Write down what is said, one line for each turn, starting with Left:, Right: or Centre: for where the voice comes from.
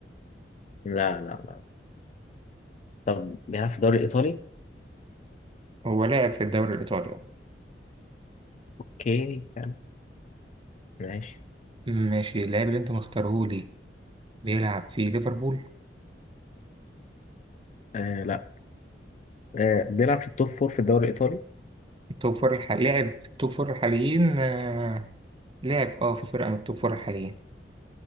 Left: لا لا لا طب بيلعب في الدوري الإيطالي؟
Right: هو لاعب في الدوري الايطالي
Left: أوكي حلو. ماشي
Right: ماشي اللاعب اللي انت مختاره لي بيلعب في ليفربول
Left: آه لا آه بيلعب في التوب فور في الدوري الإيطالي؟
Right: التوب فور الح... لعب في التوب فور الحاليين آه... لعب اه في فرقة من التوب فور الحاليين